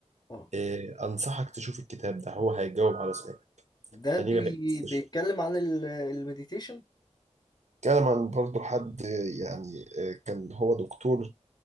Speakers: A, on the left; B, on the right.
A: اه
B: آه، انصحك تشوف الكتاب ده هو هيجاوب على سؤالك
A: ده
B: احنا
A: بي...
B: ليه ما بنكسبش
A: بيتكلم عن ال- المديتيشن
B: كلام عن برضه حد آه، يعني آه، كان هو دكتور